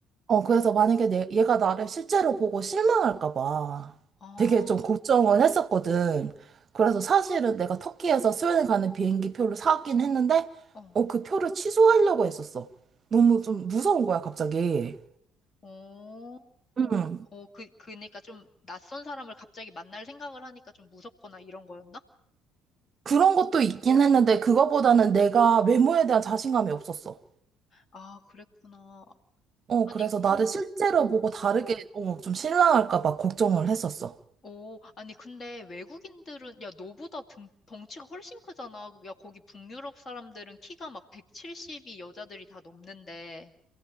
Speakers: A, on the right; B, on the left.
A: 어 그래서 만약에 내, 얘가 나를 실제로 보고 실망할까 봐
B: 아,
A: 되게 좀 걱정을 했었거든. 그래서 사실은 내가 터키에서 스웨덴 가는 비행기 표를 사긴 했는데
B: 어.
A: 어 그 표를 취소하려고 했었어. 너무 좀 무서운 거야 갑자기.
B: 어,
A: 음
B: 어, 그, 그니까 좀 낯선 사람을 갑자기 만날 생각을 하니까 좀 무섭거나 이런 거였나?
A: 그런 것도 있긴 했는데 그거보다는 내가 외모에 대한 자신감이 없었어.
B: 아, 그랬구나.
A: 어,
B: 아니,
A: 그래서 나를
B: 근,
A: 실제로
B: 어,
A: 보고 다르게, 어, 좀 실망할까 봐 걱정을 했었어.
B: 어, 아니, 근데 외국인들은, 야, 너보다 등, 덩치가 훨씬 크잖아. 야, 거기 북유럽 사람들은 키가 막 170이 여자들이 다 넘는데.